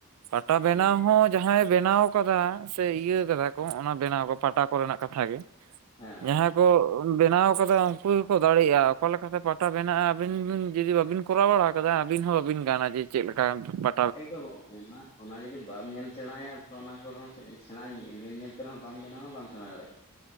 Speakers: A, on the right; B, on the left.
A: ᱯᱟᱴᱟ ᱵᱮᱱᱟᱣ
B: ᱦᱮᱸ
A: ᱦᱚᱸᱼᱼ ᱡᱟᱦᱟᱸᱭ ᱵᱮᱱᱟᱣ ᱠᱟᱫᱟ, ᱥᱮ ᱤᱭᱟᱹ ᱠᱟᱫᱟ ᱠᱚ ᱚᱱᱟ ᱵᱮᱱᱟᱣ ᱠᱚ ᱯᱟᱴᱟ ᱠᱚᱨᱮᱱᱟᱜ ᱠᱟᱛᱷᱟ ᱜᱮᱼᱼ
B: ᱦᱮᱸ
A: ᱡᱟᱦᱟᱸᱭ ᱠᱚ ᱵᱮᱱᱟᱣ ᱠᱟᱫᱟ ᱩᱱᱠᱩ ᱜᱮᱠᱚ ᱫᱟᱲᱮᱭᱟᱜᱼᱟ, ᱚᱠᱟ ᱞᱮᱠᱟᱛᱮ ᱯᱟᱼᱼ ᱴᱟ ᱵᱮᱱᱟᱜᱼᱟ, ᱟᱵᱤᱱ ᱡᱩᱫᱤ ᱵᱟᱵᱤᱱ ᱠᱚᱨᱟᱣ ᱵᱟᱲᱟ ᱟᱠᱟᱫᱟ ᱟᱹᱵᱤᱱ ᱦᱚᱸ ᱵᱟᱹᱵᱤᱱ ᱜᱟᱱᱟ ᱡᱮ ᱪᱮᱫ ᱞᱮᱠᱟ ᱯᱟᱼᱼ
B: ᱮ ᱫᱚ ᱱᱟ <inaudible> ᱚᱱᱟ ᱡᱩᱫᱤ ᱵᱟᱢ ᱧᱮᱞ ᱥᱮᱬᱟᱭᱟ ᱚᱱᱟ ᱠᱚᱨᱮᱦᱚᱸ ᱥᱮᱬᱟ ᱧᱮᱞ ᱧᱮᱞ ᱛᱮ ᱨᱮᱦᱚᱸ ᱵᱟᱢ ᱵᱮᱱᱟᱣᱟ ᱵᱟᱢ ᱥᱮᱬᱟ ᱫᱟᱲᱮᱭᱟᱜᱼᱟ ᱾